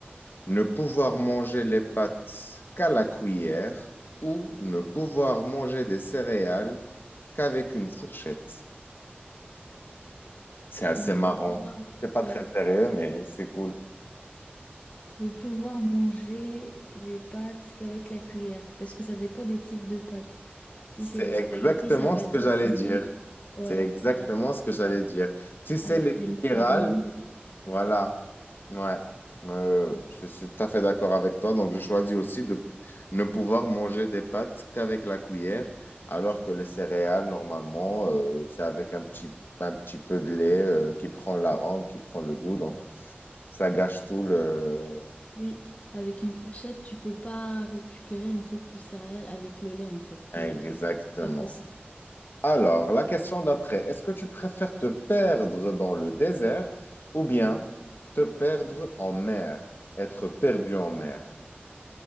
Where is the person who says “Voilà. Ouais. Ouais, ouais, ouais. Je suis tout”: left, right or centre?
Left